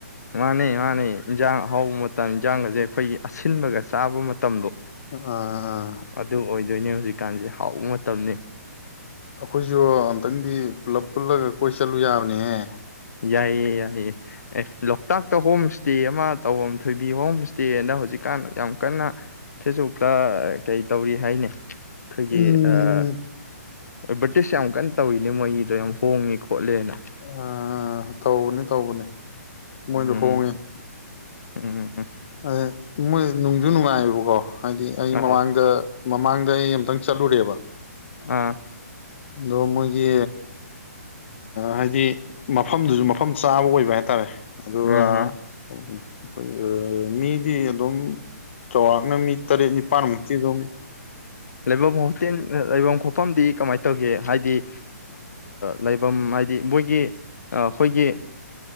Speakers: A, on the left; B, on the left.
A: ꯃꯥꯅꯦ ꯃꯥꯅꯦ ꯏꯟꯖꯥꯡ ꯑꯍꯥꯎꯕ ꯃꯇꯝ ꯏꯟꯖꯥꯡꯒꯁꯦ ꯑꯩꯈꯣꯏꯒꯤ ꯑꯁꯤꯟꯕꯒ ꯆꯥꯕ ꯃꯇꯝꯗꯣ
B: ꯑꯥ
A: ꯑꯗꯨ ꯑꯣꯏꯗꯣꯏꯅꯦ ꯍꯧꯖꯤꯛꯀꯥꯟ ꯃꯇꯝꯁꯦ ꯍꯥꯎꯕ ꯃꯇꯝꯅꯦ
B: ꯑꯩꯈꯣꯏꯁꯨ ꯑꯝꯇꯪꯗꯤ ꯄꯨꯂꯞ ꯄꯨꯜꯂꯒ ꯀꯣꯏ ꯆꯠꯂꯨ ꯌꯥꯕꯅꯦꯍꯦ
A: ꯌꯥꯏꯌꯦ ꯌꯥꯏꯌꯦ ꯑꯦ ꯂꯣꯛꯇꯥꯛ ꯛꯇ ꯍꯣꯝ ꯏꯁꯇꯦ ꯑꯃ ꯇꯧꯐꯝ ꯊꯣꯏꯕꯤ ꯍꯣꯝ ꯁꯇꯦꯅ ꯍꯧꯖꯤꯛꯀꯥꯟ ꯌꯥꯝ ꯀꯟꯅ ꯐꯦꯁꯕꯨꯛꯇ ꯀꯩ ꯇꯧꯔꯤ ꯍꯥꯏꯅꯤ ꯑꯩꯩꯈꯣꯏꯒꯤ
B: ꯎꯝ
A: ꯑꯦꯗꯕꯔꯤꯇꯤꯁ ꯌꯥꯝ ꯀꯟꯅ ꯇꯧꯔꯤꯅꯦ ꯃꯣꯏꯒꯤꯗꯣ ꯌꯥꯝ ꯍꯣꯡꯉꯤ ꯈꯣꯠꯂꯦꯅ
B: ꯑꯥ ꯇꯧꯕꯅꯦ ꯇꯧꯕꯅꯦ ꯃꯣꯏꯗꯣ
A: ꯎꯝ
B: ꯍꯣꯡꯉꯦ
A: ꯎꯝ ꯎꯝ
B: ꯑ <unintelligible> ꯃꯣꯏ ꯅꯨꯡꯁꯨ ꯅꯨꯡꯉꯥꯏꯌꯦꯕꯀꯣ ꯍꯥꯏꯗꯤ ꯑꯩ
A: ꯑ
B: ꯃꯃꯥꯡꯗ ꯃꯃꯥꯡꯗ ꯑꯩ ꯑꯝꯇꯪ ꯆꯠꯂꯨꯔꯦꯕ
A: ꯑꯥ
B: ꯑꯗꯣ ꯃꯣꯏꯒꯤ ꯍꯥꯏꯗꯤ ꯃꯐꯝꯗꯨꯁꯨ ꯃꯐꯝ ꯆꯥꯕ ꯑꯣꯏꯕ ꯍꯥꯏꯇꯥꯔꯦ ꯑꯗ
A: ꯎꯝ
B: ꯑꯩꯈꯣꯏ
A: ꯎꯝ
B: ꯃꯤꯗꯤ ꯑꯗꯨꯝ ꯆꯥꯎꯔꯥꯛꯅ ꯃꯤ ꯇꯔꯦꯠ ꯅꯤꯄꯥꯜꯃꯨꯛꯇꯤꯗꯧꯃꯤ
A: ꯂꯩꯕꯤꯟ ꯄꯣꯐꯝꯗꯤ ꯀꯃꯥꯏꯅ ꯇꯧꯒꯦ ꯍꯥꯏꯗꯤ ꯂꯩꯐꯝ ꯍꯥꯏꯗꯤ ꯃꯣꯏꯒꯤ ꯑꯩꯈꯣꯏꯒꯤ